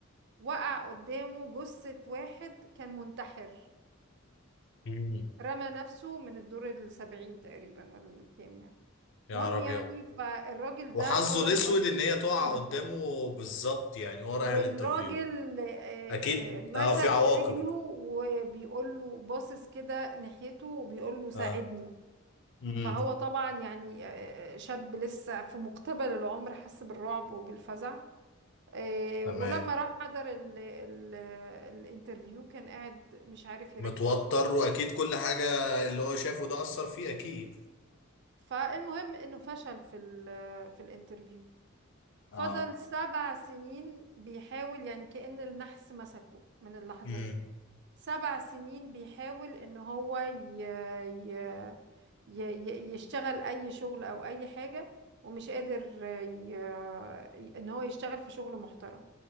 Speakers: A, on the right; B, on the left.
A: وقع قدامه جثة واحد كان منتحر
B: امم
A: رمى نفسه من الدور السبعين تقريبا ولا الكام يعني
B: يا
A: المهم
B: نهار ابيض
A: يعني فالراجل
B: وحظه
A: ده فضل
B: الاسود
A: ب...
B: ان هي تقع
A: <laughs>
B: قدامه بالظبط يعني هو رايح
A: والراجل
B: الانترفيو
A: آه،
B: اكيد
A: آه، مسك
B: اه في عواقب
A: في رجله وبيقول له باصص كده ناحيته وبيقول له ساعدني
B: اه امم
A: فهو طبعا يعني آه، آه، شاب لسه في مقتبل العمر حس بالرعب وبالفزع آه،
B: تمام
A: ولما راح حضر ال ال الانترفيو كان قاعد مش عارف يركز
B: متوتر
A: خالص
B: واكيد كل حاجه اللي هو شافه ده اثر فيه اكيد
A: فالمهم انه فشل في ال في الانترفيو فضل
B: اه
A: سبع سنين بيحاول يعني كأن النحس مسكه من اللحظة
B: امم
A: دي سبع سنين بيحاول ان هو ي... ي... ي... ي- يشتغل اي شغل او اي حاجة ومش قادر ي... ي- ان هو يشتغل في شغل محترم